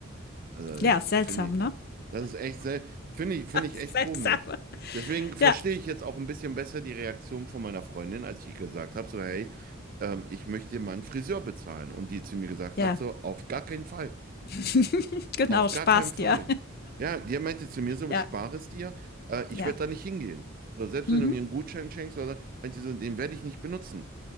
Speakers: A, on the right; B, on the left.
A: Also,
B: Ja,
A: das
B: seltsam,
A: finde ich,
B: ne?
A: das ist echt sehr, finde ich, finde ich
B: Seltsam.
A: echt komisch. Deswegen verstehe
B: Ja,
A: ich jetzt auch ein bisschen besser die Reaktion von meiner Freundin, als ich gesagt habe, so, hey, ähm, ich möchte dir mal einen Friseur bezahlen. Und die zu mir gesagt
B: ja.
A: hat, so, auf gar keinen Fall.
B: <laughs> genau,
A: Auf
B: Spaß
A: gar keinen Fall.
B: dir.
A: Ja, der meinte zu mir so,
B: Ja,
A: spare es dir, äh, ich
B: ja.
A: werde da nicht hingehen. Oder selbst
B: Mhm.
A: wenn du mir einen Gutschein schenkst, oder so, meinte sie so, den werde ich nicht benutzen.